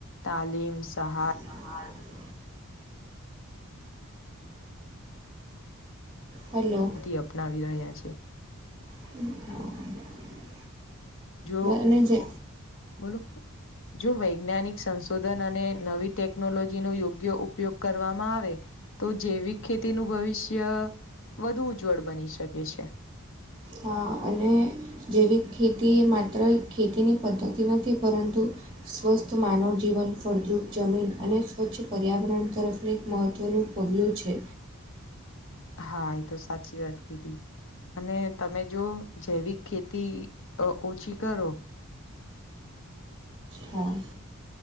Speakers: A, on the left; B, on the right.
A: તાલીમ સહાય
B: <inaudible> હેલો.
A: અપનાવી રહ્યા છે.
B: <inaudible>
A: જો
B: અને જે
A: બોલો જો વૈજ્ઞાનિક સંશોધન અને નવી ટેકનોલોજીનો યોગ્ય ઉપયોગ કરવામાં આવે તો જૈવિક ખેતીનું ભવિષ્ય વધુ ઉજ્જવળ બની શકે છે.
B: હા અને જેૈવીક ખેતી એ માત્ર ખેતીની પદ્ધતિ નથી પરંતુ સ્વસ્થ માનવ જીવન ફળદ્રુપ જમીન અને સ્વચ્છ પર્યાવરણ તરફનું એક મહત્ત્વનું પગલું છે.
A: હા એ તો સાચી વાત કીધી અને તમે જો જૈવિક ખેતી અ ઓછી કરો
B: હા.